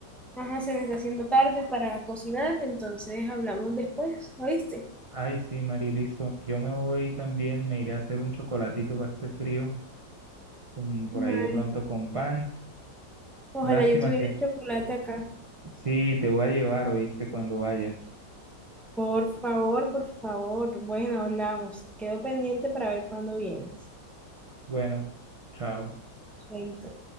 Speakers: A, in the centre; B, on the right.
A: ajá, se me está haciendo tarde para cocinar, entonces hablamos después, ¿oíste?
B: Ay, sí, Mariliso. Yo me voy también, me iré a hacer un chocolatito para este frío, con, por
A: Ay,
B: ahí de pronto con pan.
A: ojalá
B: Lástima
A: yo tuviera
B: que
A: chocolate acá.
B: sí, te voy a llevar, oíste, cuando vaya.
A: Por favor, por favor. Bueno, hablamos. Quedo pendiente para ver cuándo vienes.
B: Bueno, chao.
A: Chaito.